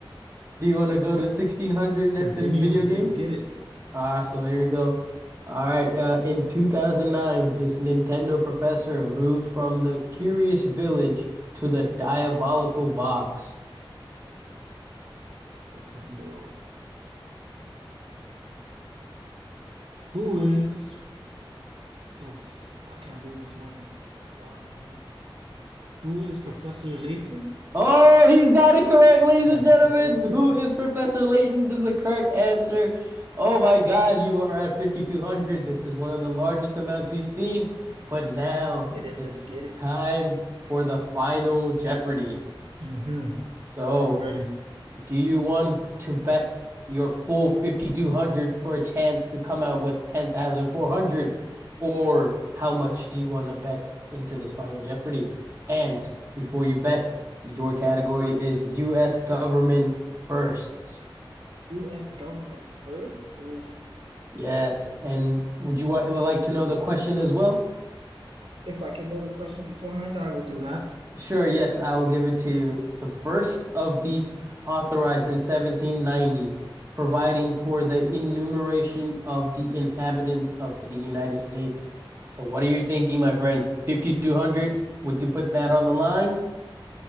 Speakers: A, on the right; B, on the right.
A: Do you want to go to 1600 next
B: Continue.
A: in video games?
B: Let's get it.
A: Awesome. Here we go. All right. Uh, in 2009, this Nintendo professor moved from the Curious Village to the Diabolical Box.
B: Nintendo. Who is? Oof, I can't lose this money. It's a lot of money. Who is Professor Layton?
A: Oh, he's got it correct, ladies
B: Let's
A: and gentlemen.
B: go.
A: Who is Professor Layton? This is the correct answer. Oh my God, you are at 5,200. This is one of the largest amounts we've seen. But now
B: Get in,
A: it's
B: let's get it.
A: time for the final Jeopardy.
B: hmm
A: So.
B: I'm ready.
A: Do you want to bet your full 5,200 for a chance to come out with 10,400? Or how much do you want to bet into this final Jeopardy? And before you bet, your category is US government firsts.
B: US governments first. Oof.
A: Yes. And would you wa- like to know the question as well?
B: If I can know the question beforehand, I will do that.
A: Sure, yes, I will give it to you. The first of these authorized in 1790, providing for the enumeration of the inhabitants of the United States. So, what are you thinking, my friend? 5,200? Would you put that on the line?